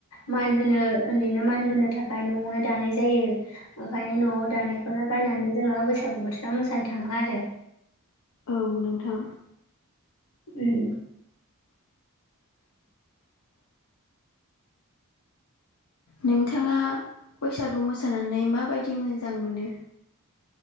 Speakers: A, on the left (about 70°); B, on the left (about 85°).
A: मान होनो ओन्दैनो मान होनो था खाय न'आवनो दानाय जायो। ओंखायनो न'आव दानायखौनो गाननानै जोङो बै सागु बोथोरा मोसानो थाङो आरो।
B: औ नोंथां।
A: उम
B: नोंथाङा बैसागु मोसानानै माबायदि मोजां मोनो?